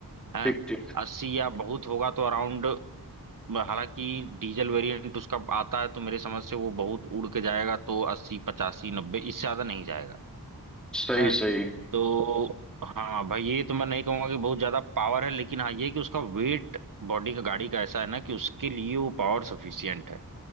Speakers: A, on the right; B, in the centre.
A: हैं
B: ठीक ठीक
A: 80 या बहुत होगा तो अराउंड हालांकि डीजल वेरिएंट उसका आता है तो मेरे समझ से वो बहुत उड़ के जाएगा तो अस्सी पचासी नब्बे इससे ज्यादा नहीं जाएगा
B: सही
A: है
B: सही
A: तो हाँ भाई ये तो मैं नहीं कहूंगा कि बहुत ज्यादा पावर है लेकिन हाँ ये कि उसका वेट बॉडी का गाड़ी का ऐसा है ना कि उसके लिए वो पावर सफिशियंट है